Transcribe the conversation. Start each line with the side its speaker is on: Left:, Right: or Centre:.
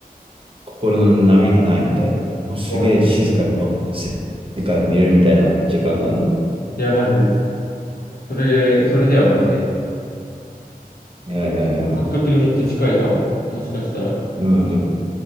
Right: 心の波がないみたいな。もうすげえ静かにも世世界見れるみたいな時間があるの。
Left: そう。いや、マジです。それ、それだよ、マジで。
Right: いやいやいや。うん
Left: 感覚にめっちゃ近いかも。もしかしたら。
Right: うん